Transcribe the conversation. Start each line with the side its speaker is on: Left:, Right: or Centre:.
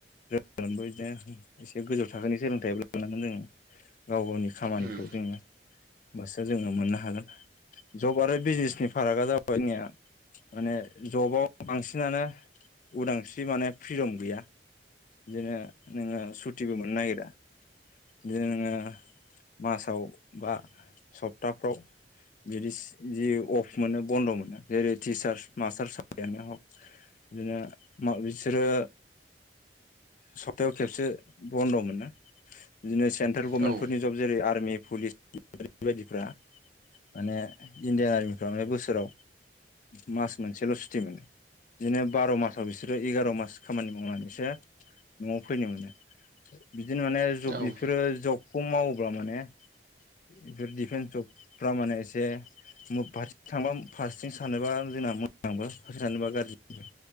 Left: <unintelligible> एसे गोजौ थाखोनि सोलोंथाइबो लानांगोन जोङो। गाव गावनि खामानिखौ
Right: उम
Left: जोङो बास जोङो मोननो हागोन। जब आरो बिजनेसनि फारागा जाबाय <unintelligible> माने जबाव बांसिनानो उदांस्रि माने फ्रिदम गैया। बिदिनो नोङो सुतिबो मोननो नागिरा। बिदिनो नोङो मासाव बा सप्ताफ्राव बिदिस जि अफ मोनो बन्द मोनो जेरै- टिचारस मास्टार साख्रियानो हक बिदिनो मा‌ बिसोरो सप्तायाव खेबसे बन्द मोनो बिदिनो सेन्ट्रेल गभनमेन्टफोरनि
Right: औ
Left: जब जेरै- आर्मि पुलिस <unintelligible> बायदिफ्रा माने इण्डियान आर्मिफ्रा माने बोसोराव मास मोनसेल' सुटि मोनो। बिदिनो बार' मासाव बिसोरो एगार' मास खामानि मावनानैसो न'आव फैनो मोनो। बिदिनो माने जब
Right: औ
Left: बेफोरो जबखौ मावोब्ला माने बेफोर दिफेन्स जबफोरा माने एसे <unintelligible> फारसेथिं थांबा फारसेथिं सानोबा जोंना मोजांबो फारसेथिं सानोबा गाज्रिबो